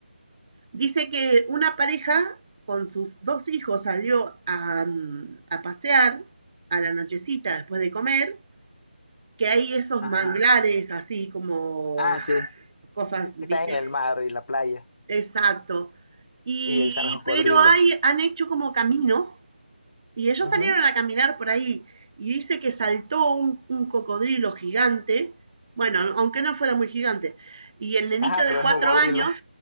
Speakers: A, on the right; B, on the left.
A: dice que una pareja con sus dos hijos salió a, mm, a pasear a la nochecita después de comer, que hay esos
B: Ajá.
A: manglares así como
B: Ah, sí.
A: cosas,
B: Sí, que
A: ¿viste?
B: está en el mar y la playa.
A: Exacto. Y,
B: Y están los cocodrilos.
A: pero hay, han hecho como caminos Y ellos
B: Ujú.
A: salieron a caminar por ahí y dice que saltó un, un cocodrilo gigante, bueno, aunque no fuera muy gigante, y el nenito
B: Ajá,
A: de
B: pero es
A: cuatro
B: un cocodrilo.
A: años